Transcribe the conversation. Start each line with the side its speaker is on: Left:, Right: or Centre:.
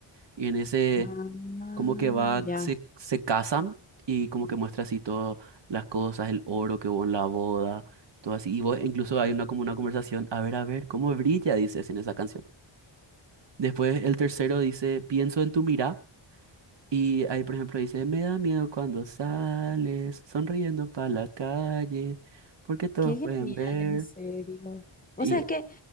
Right: Y en ese,
Left: Ah,
Right: como que va,
Left: ya.
Right: se, se casan y como que muestra así todas las cosas, el oro que hubo en la boda, todo así. Y vos- incluso hay una, como una conversación, a ver, a ver, cómo brilla, dices en esa canción. Después el tercero dice, pienso en tu mirada. Y ahí, por ejemplo, dice, me da miedo cuando sales sonriendo para la calle, porque todos
Left: Qué genial,
Right: pueden ver.
Left: en serio. O
Right: Y
Left: sea, es que